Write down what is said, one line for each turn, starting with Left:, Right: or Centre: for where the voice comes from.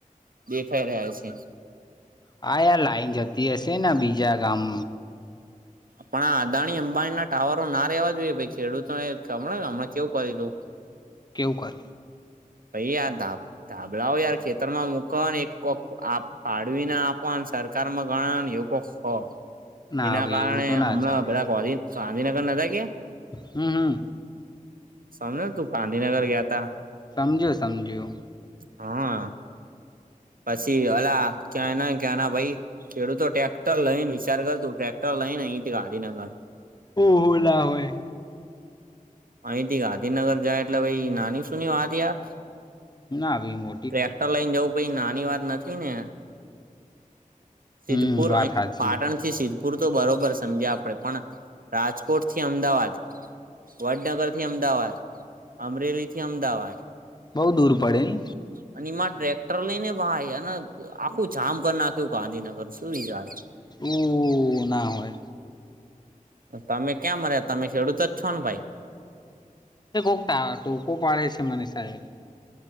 Right: દેખાઈ રહ્યા છે
Left: હા યાર લાઈન જતી હશે બીજા ગામ
Right: પણ આ અદાણી અંબાણી ના ટાવરો ના રેવા જોઈએ ભાઈ ખેડૂતોને હમ હમણાં કેવું કર્યું તું
Left: કેવું કરે
Right: પહી યા ડબ ધાબળઓ યાર ખેતર માં મૂકને એક પાાડવીને આપવા સરકારમાં ગણ પફો
Left: ના
Right: એના
Left: ભાઈ
Right: કારણે
Left: એવું તો ના
Right: હમણાં
Left: ચાલે
Right: બધા ગાંધીનગર ન કે્યા
Left: હમ્મ હમ્મ
Right: સમજોને તું ગાંધીનગર ગયા તા
Left: સમજિયો સમજિયો
Right: હા પછી અલા ક્યા ના ક્યાં ના ભાઈ ખેડૂતો ટ્રેક્ટર લઈ ને વિચાર કર તું ટ્રેક્ટર લઈ ને અહીથી ગાંધીનગર
Left: ઓહો લા હોય
Right: અહીથી ગાંધીનગર જાય એટલે ભાઈ નાની સુની વાત યાર
Left: ના આવી મો
Right: ટ્રેક્ટર લઈને જવું પછ નાની વાત નથી ને સિદ્ધપુર
Left: હમ વાત
Right: અ
Left: સાચી
Right: પાટણ સિદ્ધપુર તો બરોબર સમજે આપડે પણ રાજકોટ થી અમદાવાદ વડનગર થી અમદાવાદ અમરેલી થી અમદાવાદ
Left: બઉુ દૂર પડે ને
Right: અને એમાં ટ્રેક્ટર લઈ ને ભાઈ અને આખું જામ કર નાખ્યું ગાંધીનગર સુું યાર
Left: ઉ ના હોય
Right: તમે ક્યાં મર્યા તમે ખેડૂતો જ છો ને ભાઈ
Left: એ કોકતા ટું કો પાડે છે મને સાહેબ